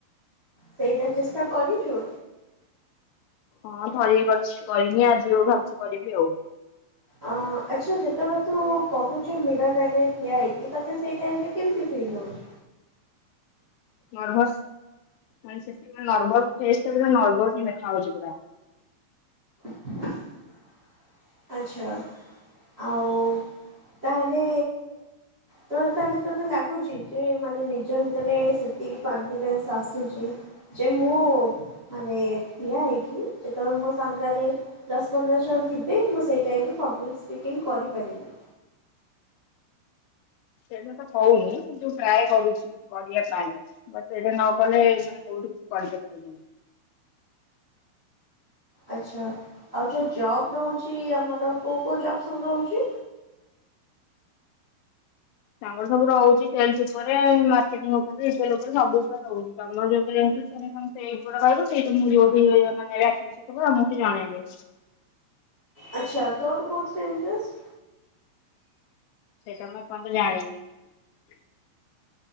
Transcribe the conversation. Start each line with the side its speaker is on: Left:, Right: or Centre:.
Right: ସେଇଟା ଚେଷ୍ଟା କରିଚୁ?
Left: ହଁ ଥରେ ଏ କରିଛି କରିନି ଆଜି ଆଉ ଭାବୁଚି କରିବି ଆଉ।
Right: ଅଂ ଆଚ୍ଛା ଯେତେବେଳେ ତୁ କହୁଛୁ ମିରର ଆଗରେ ଠିଆ ହେଇକି ତତେ ସେଇ ଟାଇମରେ କେମିତି ଫିଲ୍ ହଉଛି?
Left: ନର୍ଭସ୍ <unintelligible> ନର୍ଭସ୍ ଫେସ ଟା ପୁରା ନର୍ଭସ୍ ହିଁ ଦେଖା ହଉଛି ପୁରା।
Right: <inaudible> ଆଚ୍ଛା। ଆଉ ତା ହେଲେ ତ ତା ହେଲେ ତୋତେ ଲାଗୁଛି ଯେ ମାନେ ନିଜ ଭିତରେ ସେତିକି କନ୍ଫିଡେନ୍ସ ଆସୁଛି ଯେ ମୁଁ ମାନେ ଠିଆ ହେଇକି ଯେତେବେଳେ ମୋ ସାମ୍ନାରେ ଦଶ ପନ୍ଦର ଜଣ ଥିବ୍ ବେ। ମୁଁ ସେଇ ଟାଇମରେ ପବ୍ଲିକ୍ ସ୍ପିକିଂ କରିପାରିବି।
Left: ସେଇଟା ତ ହଉନି ଯୋଉ ଟ୍ରାୟ କରୁଛି କରିବା ପାଇଁ ବଟ୍ ସେଇଟା ନ କଲେ ମାନେ କୋଉଠିବି କରିପାରିବିନି।
Right: ଆଚ୍ଛା, ଆଉ ଯୋଉ ଜବ୍ ରହୁ ଛି ଆମର କୋଉ କୋଉ ଜବ୍ ସବୁ ରହୁଛି?
Left: ତାଙ୍କର ସବୁ ରହୁଛି ସେଲସ୍ ଉପରେ ମା କେଟିଙ୍ଗ୍ ଉପରେ ସେଲ୍ ଉପରେ ସବୁ ଉପରେ ରହୁଛି। ତମର ଯାଉଥିରେ ହଉଚି ତମେ ସେଇ ଉପରେ ରହିବ। ସେ ତୁମକୁ ଯଉଠି ତମର ଏ ଆସିଛି ସବୁ ମୁଁ କି ଜାଣିବି।
Right: ଆଚ୍ଛା, ତୋର କୋଉଥିରେ ଇଣ୍ଟରେଷ୍ଟ?
Left: ସେଇଟା ମୁଁ ଏପର୍ଯ୍ୟନ୍ତ ଜାଣିନି।